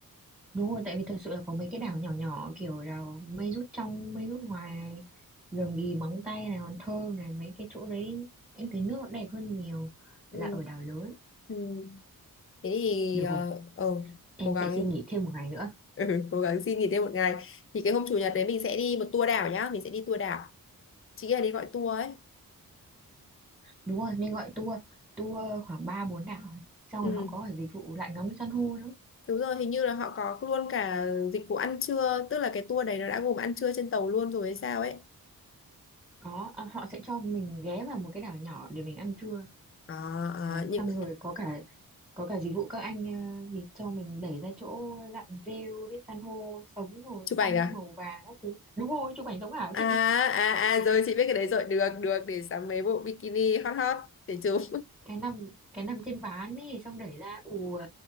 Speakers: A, in the centre; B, on the left.
A: Đúng rồi, tại vì thật sự là có mấy cái đảo nhỏ nhỏ kiểu đảo mây rút trong, mây rút ngoài này, rừng Ghì Móng Tay này, Hòn Thơm này, mấy cái chỗ đấy em thấy nước nó đẹp hơn nhiều là
B: Ừ.
A: ở đảo lớn.
B: Ừ. thế thì
A: Được
B: ờ
A: rồi,
B: ờ,
A: em
B: cố gắng
A: sẽ xin nghỉ thêm một ngày nữa.
B: <laughs> ừ, cố gắng xin nghỉ thêm một ngày thì cái hôm chủ nhật đấy mình sẽ đi một tour đảo nhá mình sẽ đi tour đảo chị nghĩ là đi gọi tour ấy
A: Đúng rồi, nên gọi tour, tour khoảng ba bốn đảo này. Xong
B: ừ.
A: rồi họ có cả dịch vụ lại ngắm san hô nữa.
B: đúng rồi hình như là họ có luôn cả dịch vụ ăn trưa tức là cái tour đấy nó đã gồm ăn trưa trên tàu luôn rồi hay sao ấy
A: Có, à, họ sẽ cho mình ghé vào một cái đảo nhỏ để mình ăn trưa.
B: à,
A: đấy
B: à, những
A: xong rồi có cả có cả dịch vụ các anh ờ, gì cho mình đẩy ra chỗ lặn rêu với san hô sống màu
B: chụp ảnh
A: xanh
B: à
A: màu vàng các thứ đúng rồi chụp ảnh sống ảo
B: à
A: chị
B: à à rồi chị biết cái đấy rồi được được để sắm mấy bộ bikini hot hot để chụp
A: cái nằm cái nằm trên ván ấy xong đẩy ra ui